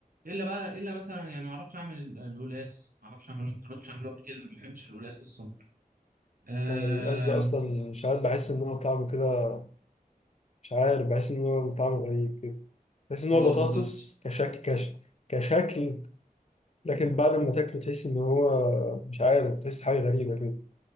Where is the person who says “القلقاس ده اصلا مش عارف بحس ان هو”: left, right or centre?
Left